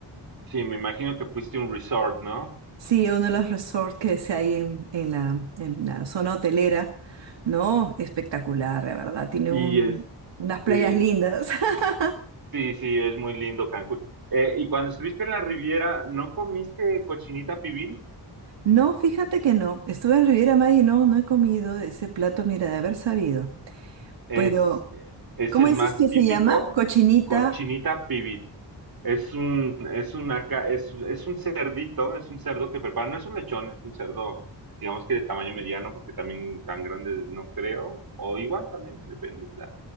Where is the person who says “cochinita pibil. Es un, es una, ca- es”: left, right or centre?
Right